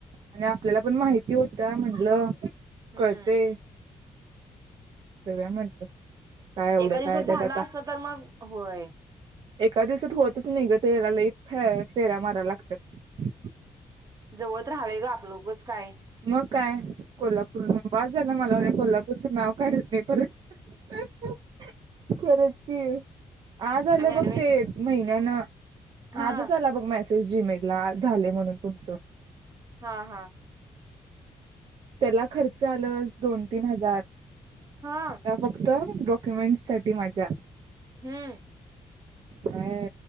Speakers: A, on the right; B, on the right.
A: आणि आपल्याला पण माहिती होत म्हटलं
B: हम्म
A: कळते सगळ्या म्हटलं काय एवढं
B: एका दिवसात
A: काय त्यात
B: झालं
A: आता
B: असत तर मग होय
A: एका दिवसात होतच नाही ग तेला लई फेऱ्या मारायला लागतात
B: जवळ तर हवे ग आपलं उगच काय
A: मग काय कोल्हापूर बा झालं मला वा कोल्हापूरचं नाव काडायच नाही परत खरंच की आज आलं
B: आणि
A: बघ
B: ऍडमि
A: ते महिन्यानं
B: हा
A: आजच आला बघ मॅसेज जीमे ला झा म्हणून तुमच
B: हा हा
A: त्याला खर्च आलं दोन तीन हजार
B: हा
A: का फक्त डॉक्युमेंट्स साठी माझ्या
B: हम्म
A: हा